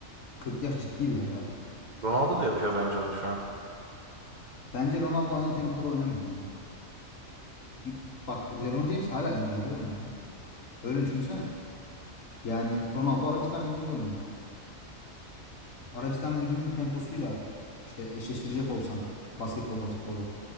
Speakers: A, on the left; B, on the right.
A: 40 yaş ciddi bir yaş abi.
B: Ronaldo da yapıyor bence onu şu an.
A: Bence Ronaldo aynı tempoda oynamıyor ya. Bir- bak LeBron James hala NBA'de oynuyor. Öyle düşünsene. Yani Ronaldo Arabistan Ligi'nde oynuyor. Arabistan Ligi'nin temposuyla işte eşleştirecek olsan basketbolla futbolu.